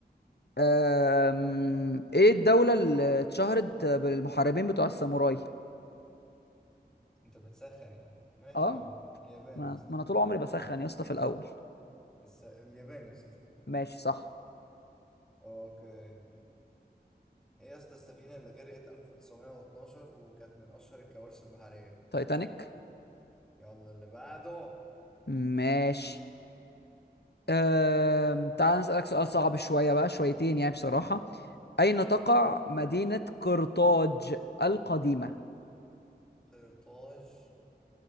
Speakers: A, on the left; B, in the centre.
A: آم... ايه الدوله اللي اتشهرت بالمحاربين بتوع الساموراي
B: انت بتسخن يعني ماشي
A: اه
B: يا عم اليابان
A: ما
B: يا اسطى
A: ما انا طول عمري
B: <laughs>
A: بسخن يا اسطى في الاول
B: الس- اليابان يا اسطى
A: ماشي صح
B: اوكي ايه يا اسطى السفينه اللي غرقت 1912 وكانت من اشهر الكوارث البحريه
A: تايتانيك
B: يلا اللي بعده
A: ماشي أم... تعال نسألك سؤال صعب شوية بقى شويتين يعني بصراحة أين
B: شويه
A: تقع مدينة قرطاج القديمة
B: قرطاج